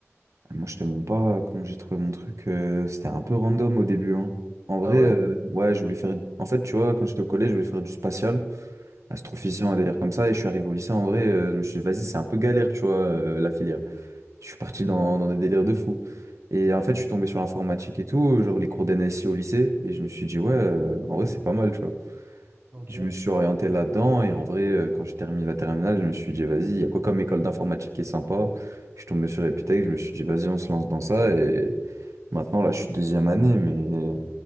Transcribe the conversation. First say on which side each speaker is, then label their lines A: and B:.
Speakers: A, on the right; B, on the right.
A: moi, je te mens pas euh, comment j'ai trouvé mon truc. euh, c'était un peu random au début, hein. En vrai,
B: Ah ouais?
A: euh, ouais, je voulais faire. En fait, tu vois, quand j'étais au collège, je voulais faire du spatial, astrophysicien,
B: Ok,
A: un délire comme ça. Et je suis arrivé au lycée, en vrai, euh, je me suis dit, vas-y, c'est un peu galère, tu vois, euh, la filière. Je suis parti dans, dans des délires de fou. Et en fait, je suis tombé sur l'informatique et tout, genre les cours d'NSI au lycée. Et je me suis dit, ouais, euh, en vrai, c'est pas mal, tu vois.
B: ok,
A: Je me suis orienté là-dedans et en vrai, euh, quand j'ai terminé la terminale, je me suis dit, vas-y, il y a quoi comme école d'informatique qui est sympa? Je suis tombé sur Epitech, je me suis dit, vas-y, on se lance dans ça. Et maintenant, là, je suis deuxième année, mais